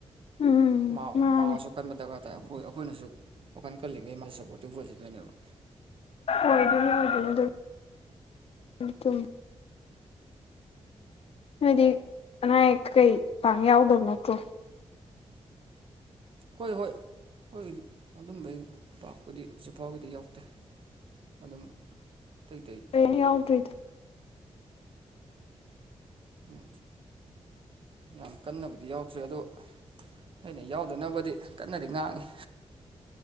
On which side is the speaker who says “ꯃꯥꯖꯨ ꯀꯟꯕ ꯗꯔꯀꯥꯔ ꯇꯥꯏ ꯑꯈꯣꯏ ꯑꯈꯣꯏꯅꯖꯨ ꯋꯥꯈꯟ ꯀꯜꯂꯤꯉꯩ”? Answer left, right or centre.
Right